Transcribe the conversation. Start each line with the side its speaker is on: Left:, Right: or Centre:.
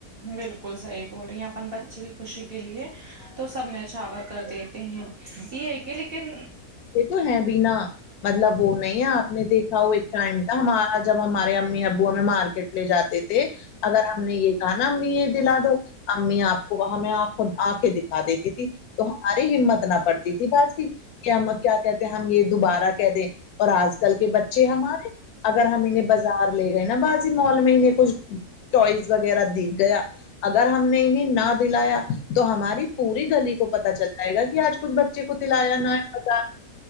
Right: بالکل صحیح بول رہی ہیں اپن بچے کی خوشی کے لیے تو سب نچھاور کر دیتے ہیں یہ ہے کہ لیکن
Left: یہ تو ہے بی نہ مطلب وہ نہیں ہے آپ ہم نے دیکھا ہو ایک ٹائم تھا ہمارا جب ہمارے امی ابو ہمیں مارکیٹ لے جاتے تھے اگر ہم نے یہ کہا نا امی یہ دلا دو امی آپ کو وہاں ہمیں آنکھیں دکھا ا دیتی تھی تو ہماری ہمت نہ پڑتی تھی باجی کہ ہم کیا کہتے ہیں ہم یہ دوبارہ کہ دیں اور آج کل بچے ہمارے اگر ہم انہیں بازار لے گئے نا بازی مال میں کچھ ٹوائز وغیرہ دیکھ گیا ا اور ہم نے انہیں نہ دلایا تو ہماری پوری گلی تو پتا چل جائے گا کہ آج کچھ بچے کو دلایا نہ ہے بچار